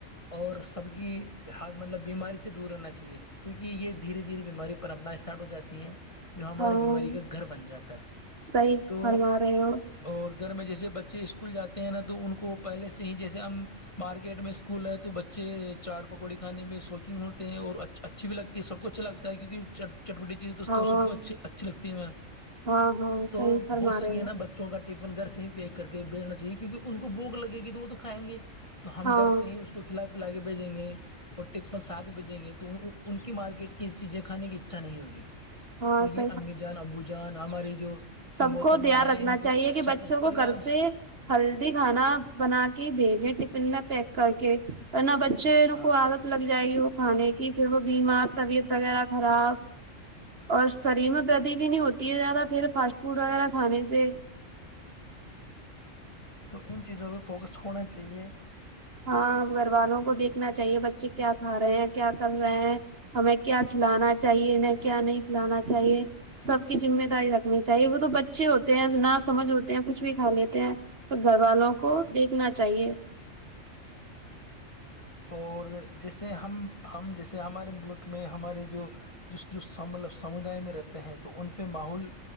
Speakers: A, on the left; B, on the right.
A: اور سب کی ہ مطلب بیماری سے دور رہنا چاہیے کیونکہ یہ دھیرے دھیرے بیماری پر اپنا اسٹارٹ ہو جاتی ہے جو ہمارے
B: ہاں
A: بیماری کا گھر بن جاتا ہے
B: صحیح
A: تو
B: فرما رہے ہو
A: اور گھر میں جیسے بچے اسکول جاتے ہیں نا تو ان کو پہلے سے ہی جیسے ہم مارکیٹ میں اسکول ہے تو بچے چاٹ پکوڑی کھانے میں شوقینگ ہوتے ہیں اور اچھ اچھی بھیگ ہے سب اچھا لتا ہے کیونہ چٹوٹی چیز توست
B: ہاں
A: سب کو اچھھی اچے تی میں
B: ہاں ہاں
A: تو
B: صحیح فرما
A: ہو سکے
B: رہے
A: نا بچوں کا ٹفن گھر سے ہی پیک کر کے بھیجنا چاہیے کیونکہ ان کو بوک لگے گی تو وہ تو کائیں گے تو ہم
B: ہاں
A: گھر سے ہی اس کو کھلا پلا کے بھیجیں گے اور ٹپن ساتھ بھیجیں گے تو ان کی مارکیٹ کی چیزیں کھانے کی اچھا نہیں ہوگی
B: ہاں
A: تو یہ
B: س
A: امی جان ابو جان ہماری جو
B: سب
A: جو محترمہ
B: کو دھیان
A: ہیں
B: رکھنا
A: ان کو
B: چاہیے
A: سب
B: کہ بچوں کو
A: پریوار
B: گھر
A: میں
B: سے ہلدی کھانا بنا کے ہی بھیجے ٹفن میں پیک کر کے ورن ب شیروں
A: ہاں
B: کو عادت لگ جائے گی وہ کھانے کی پھر وہ بیمار طبیعت وغیرہ خراب اور شریر میں بدی بھی نہیں ہوتی ہے زیادہ پھر فاسٹ فوڈ وغیرہ کھانے سے
A: تو ان چیزوں پہ فوکس ہونا چاہیے
B: ہاں گھر والوں کو دیکھنا چاہیے بچے کیا کھا رہے ہیں کیا کر رہے ہیں ہمیں کیا کھلانا چاہیے انہیں کیا نہیں کھلانا چاہیے سب کی ذمہ داری رکھنی چاہیے وہ تو بچے ہوتے ہیں نہ سمجھ ہوتے ہیں کچھ بھی کھا لیتے ہیں تو گھر والوں کو دیکھنا چاہیے
A: اور جیسے ہم ہم جیسے ہمارے ملک میں ہمارے جو جس جو مطلب سمودائے میں رہتے ہیں تو ان پہ ماحول